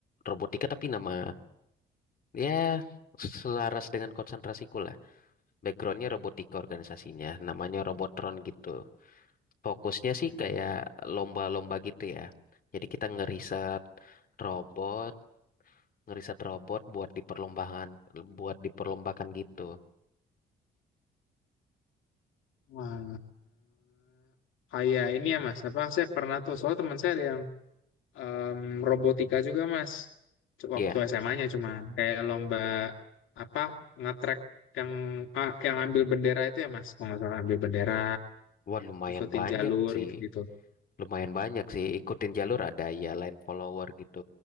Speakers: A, on the left; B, on the left.
A: Robotika tapi nama, ya selaras dengan konsentrasiku lah. Backgroundnya robotika organisasinya. Namanya Robotron gitu. Fokusnya sih
B: Mhm.
A: kayak lomba-lomba gitu ya. Jadi kita ngeriset robot, ngeriset robot buat diperlombaan, buat diperlombakan gitu.
B: Wah, kayak ini ya, Mas. Apa, saya pernah tuh, soal teman saya ada yang em, robotika juga, Mas. C-
A: Iya,
B: Waktu SMA-nya cuma kayak lomba apa ngetrek yang ah, yang ambil bendera itu ya, Mas. Kalau nggak salah ambil bendera
A: Wah lumayan
B: ikutin
A: banyak
B: jalur
A: sih.
B: gitu-gitu.
A: Lumayan banyak sih. Ikutin jalur ada ya line follower gitu.